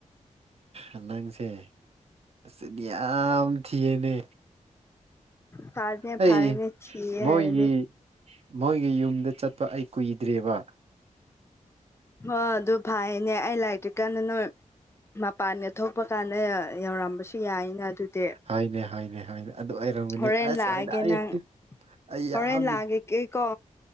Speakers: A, on the right; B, on the left.
A: ꯑ ꯅꯪꯁꯦ ꯅꯁꯛꯇꯤ ꯌꯥꯝ ꯊꯤꯌꯦꯅꯦ
B: ꯐꯥꯔꯅꯤ
A: ꯑꯩ
B: ꯐꯥꯔꯅꯦꯁꯤ
A: ꯃꯣꯏꯒꯤ
B: ꯍꯥꯏꯔꯗꯤ
A: ꯃꯣꯏꯒꯤ ꯌꯨꯝꯗ ꯆꯠꯄ ꯑꯩ ꯀꯨꯏꯗ꯭ꯔꯦꯕ
B: ꯍ ꯑꯗꯨ ꯐꯩꯅꯦ ꯑꯩ ꯂꯥꯏꯔꯤꯛꯇ꯭ꯔꯤ ꯀꯥꯟꯗ ꯅꯣꯏ ꯃꯄꯥꯟꯗ ꯊꯣꯛꯄ ꯀꯥꯟꯗ ꯌꯧꯔꯝꯕꯁꯨ ꯌꯥꯏꯅ ꯑꯗꯨꯗꯤ
A: ꯍꯥꯏꯅꯦ ꯍꯥꯏꯅꯦ ꯍꯥꯏꯅꯤ ꯑꯗꯨ ꯑꯩ ꯔꯝꯒꯅꯤ
B: ꯍꯣꯔꯦꯟ
A: ꯑ ꯁ꯭ꯋꯥꯏꯗ
B: ꯂꯥꯛꯑꯒꯦ
A: ꯑꯩ
B: ꯅꯪ
A: ꯑꯩ ꯌꯥꯝ
B: ꯍꯣꯔꯦꯟ ꯂꯥꯛꯑꯒꯦꯀꯣ